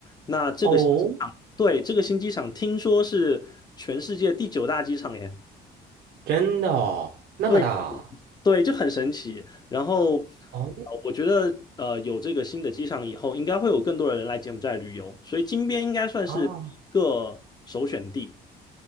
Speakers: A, on the left (about 25°); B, on the right (about 65°).
A: 那这个新机场，
B: 哦，
A: 对，这个新机场听说是全世界第九大机场耶。
B: 真的哦，那么大
A: 对。对，就很神奇。然后，呃我觉得呃，
B: 哦
A: 有这个新的机场以后，应该会有更多的人来柬埔寨旅游，所以金边应该算是第一个首选地。
B: 啊，